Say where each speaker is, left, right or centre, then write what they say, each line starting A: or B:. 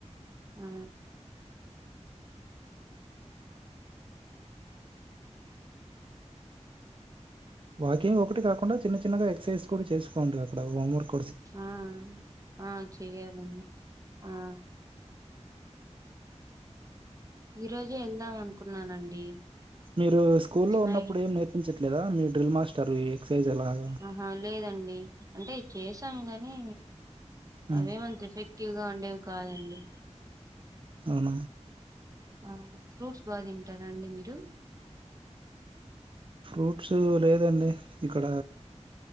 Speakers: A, on the right; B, on the right.
A: ఆ
B: వాకింగ్ ఒకటి కాకుండా చిన్న చిన్నగా ఎక్సర్సైజ్ కూడా చేసుకోండి అక్కడ హోంవర్క్
A: ఆ ఆ చేయాలండి ఆ ఈ రోజే వెళ్దాం అనుకున్నానండి.
B: మీరు స్కూ లో
A: నై
B: ఉన్నప్పుడు ఏం నేర్పించట్లేదా మీ డ్రిల్ మాస్టర్ ఈ ఎక్సర్సైజ్ ఎలాగ
A: ఆహా లేదండి అంటే చేసాం గాని
B: ఉమ్
A: అవేమంత ఎఫెక్ట్ ఎక్టివ్ గా ఉండేవి కాదండి.
B: అహ
A: ఆ ఫ్రూట్స్ బాగా తింటారా అండి మీరు
B: ఫ్రూట్స్ లేదండి ఇక్కడ